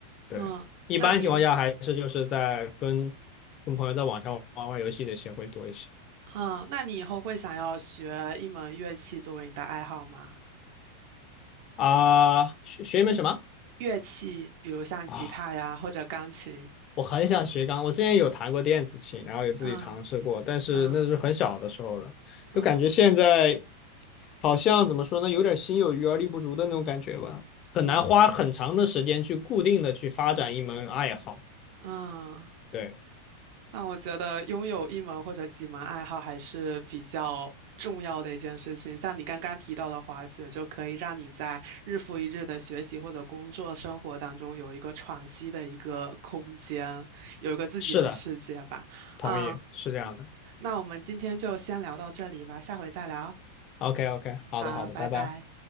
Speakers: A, on the left (about 35°); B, on the right (about 45°).
A: 对，
B: 嗯，
A: 一般情况下还是就是在跟
B: 那你
A: 跟朋友在网上玩玩游戏这些会多一些
B: 嗯，那你以后会想要学一门乐器作为你的爱好吗？
A: 啊。学学一门什么
B: 乐器，比如像吉他呀，
A: 啊？
B: 或者钢琴。
A: 我很想学钢，我之前有弹过电子琴，然后有自己尝试过，
B: 嗯
A: 但是那是很小的时候了，
B: 嗯嗯
A: 就感觉现在好像怎么说呢，有点心有余而力不足的那种感觉吧，很难花很长的时间去固定的去发展一门爱好。
B: 嗯嗯嗯
A: 对，
B: 那我觉得拥有一门或者几门爱好还是比较重要的一件事情。像你刚刚提到的滑雪，就可以让你在日复一日的学习或者工作生活当中有一个喘息的一个空间，有一个自己的世界吧。
A: 是的，同意，
B: 嗯，
A: 是这样的。
B: 那我们今天就先聊到这里吧，下回再聊。
A: OK OK，好的好的，
B: 好，拜拜。
A: 拜拜。